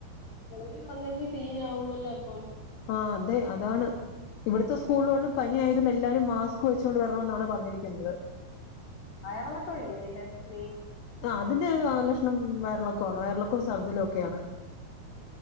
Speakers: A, on the left; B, on the left.
A: സ്കൂളി വന്നെങ്കി സീനാവുവല്ലോ ഇപ്പം
B: ആഹ് അതെ അതാണ് ഇവിടത്തെ സ്കൂളുകളിൽ പനി ആയത് കൊണ്ട് എല്ലാരും മാസ്ക് വെച്ചുകൊണ്ട് വരണമെന്നാണ് പറഞ്ഞിരിക്കുന്നത്
A: വയറിളക്കം അല്ലയോ ഇതിന്റെ മെയിൻ
B: ആഹ് അതിന്റെ ലക്ഷണം വയറിളക്കം ആണ് വയറിളക്കവും ചർദ്ദിൽഒക്കെ ആണ്